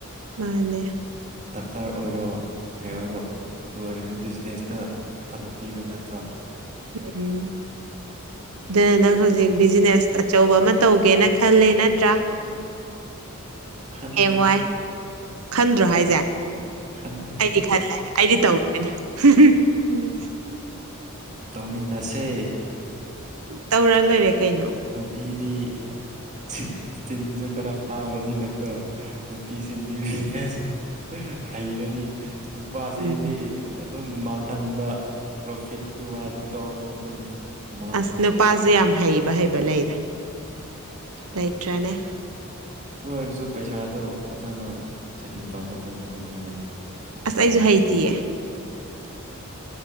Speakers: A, on the right (about 80°); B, on the right (about 35°).
A: ꯃꯥꯅꯦ
B: ꯗꯥꯛꯇꯔ ꯑꯣꯏꯔꯣ ꯀꯩ ꯑꯣꯏꯔꯣ ꯑꯗꯨ ꯑꯣꯏꯔꯖꯨ ꯕꯤꯖꯤꯅꯦꯁꯅ ꯊꯕꯛ ꯄꯤꯕ ꯅꯠꯇ꯭ꯔꯣ
A: ꯎꯝ ꯑꯗꯨꯅ ꯅꯪ ꯍꯧꯖꯤꯛ ꯕꯤꯖꯤꯅꯦꯁ ꯑꯆꯧꯕ ꯑꯃ ꯇꯧꯒꯦꯅ ꯈꯥꯜꯂꯦ ꯅꯠꯇ꯭ꯔꯥ
B: ꯈꯟꯗꯦ
A: ꯍꯌꯦꯡꯋꯥꯏ ꯈꯟꯗ꯭ꯔꯣ ꯍꯥꯏꯖꯦ
B: ꯈꯟꯗꯦ
A: ꯑꯩꯗꯤ ꯈꯜꯂꯦ ꯑꯩꯗꯤ ꯇꯧꯗꯣꯏꯅꯦ ꯍꯨꯝꯍꯨꯝ ꯎꯝ
B: ꯇꯧꯃꯤꯟꯅꯁꯦ
A: ꯇꯧꯔ ꯂꯣꯏꯔꯦ ꯀꯩꯅꯣ
B: ꯅꯨꯄꯤꯗꯤ ꯆꯤꯟ ꯆꯤꯟꯖꯨ ꯈꯔ ꯐꯥꯕꯅꯤꯅꯀꯣ ꯅꯨꯄꯤꯁꯤꯡꯗꯤ ꯕꯤꯖꯤꯅꯦꯁ ꯍꯩꯔꯅꯤ ꯅꯨꯄꯥꯁꯤꯡꯗꯤ
A: ꯎꯝ
B: ꯑꯗꯨꯝ ꯃꯥꯡꯍꯥꯟꯕ ꯄ꯭ꯔꯣꯐꯤꯠꯀꯤ ꯋꯥꯗꯨ ꯇꯧꯅꯣ ꯑꯗꯨꯝ ꯃꯥꯡꯍꯟꯕ
A: ꯑꯁ ꯅꯨꯄꯥꯖꯨ ꯌꯥꯝ ꯍꯩꯕ ꯍꯩꯕ ꯂꯩꯗ ꯂꯩꯇ꯭ꯔꯥꯅꯦ
B: ꯑꯗꯨ ꯑꯣꯏꯔꯁꯨ ꯄꯩꯁꯥꯗꯨ ꯐꯖꯅ ꯁꯦꯚꯤꯡ ꯇꯧꯕ ꯍꯩꯗꯕꯅꯤꯅꯦ
A: ꯑꯁ
B: ꯄꯥꯟꯗꯦ
A: ꯑꯩꯖꯨ ꯍꯩꯇꯤꯌꯦ
B: <unintelligible>